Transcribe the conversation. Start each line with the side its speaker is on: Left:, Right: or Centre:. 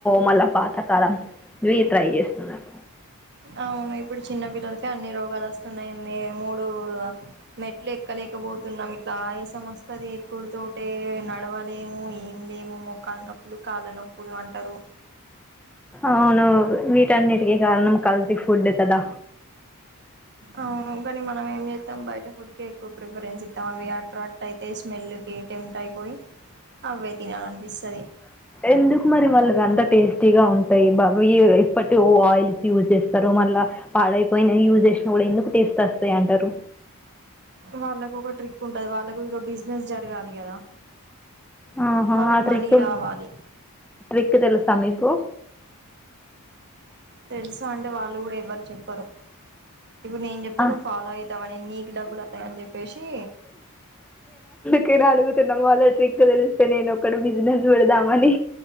Centre: మళ్ళా పాతకాలం ఇవి ట్రై చేస్తున్నారు.
Right: అవును ఇప్పుడు చిన్న పిల్లలకే అన్ని రోగాలు వస్తున్నాయి మ మూడు మెట్లు ఎక్కలేకపోతున్నాం ఇట్లా ఆయాసం వస్త. వస్తుంది ఎక్కుడు తోట నడవలేము ఏమి లేము మొక్. కాళ్ళ నొప్పులు కాళ్ళ నొప్పులు అంటారు.
Centre: అవును వీటన్నిటికీ కారణం కల్తీ ఫుడ్ కదా.
Right: అవును కానీ మనం ఏం చేస్తాం బయట ఫుడ్ కె ఎక్కువ ప్రిఫరెన్స్ ఇస్తాం అవి అట్రాక్ట్ అయితే స్మెల్ కె టెంట్ అయిపోయి. అవే తినాలనిపిస్తది
Centre: ఎందుకు మరి వాళ్ల అంతా టేస్టీగా ఉంటాయి బాగా‌. ఇప్పటి ఓ ఆయిల్స్ యూజ్ చేస్తారు మళ్ళా పాడైపోయిన యూజ్ చేసినా కూడా ఎందుకు టేస్ట్ వస్తాయి. ఏంటరు.
Right: వాళ్ళకు ఒక ట్రిక్ ఉంటది వాళ్ళకు ఇక బిజినెస్ జరగాలి కదా.
Centre: ఆహా
Right: వాళ్ళకి
Centre: ఆ ట్రిక్
Right: మనీ రావాలి
Centre: ట్రిక్ తెలిసా మీకు.
Right: తెలుస అంటే వాళ్ళు కూడా ఎవరు చెప్పరు. ఇప్పుడు నేను చెప్తా
Centre: ఆ
Right: నువ్వు ఫాలో అయితావని నీకు డబ్బులు అతాయ అని చెప్పేసి.
Centre: నీన్ అడుగుతున వాళ్ల ట్రిక్ తెలిస్తే నేన ఒకటీ బిసినెస్ పెడదామని.